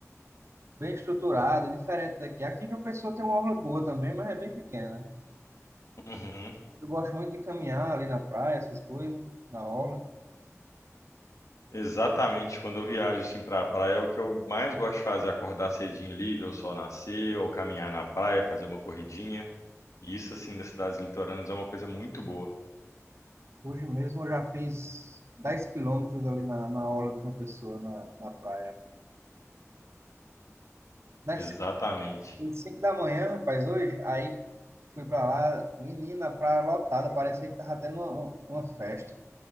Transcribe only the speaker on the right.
bem estruturada, diferente daqui. Aqui em João Pessoa tem uma orla boa também, mas é bem pequena.
Eu gosto muito de caminhar ali na praia, essas coisas, na orla.
Hoje mesmo eu já fiz 10 quilômetros ali na, na orla de João Pessoa, na, na praia. Das
5 da manhã, rapaz, hoje, aí fui pra lá, menina, a praia lotada, parecia que tava tendo uma, uma festa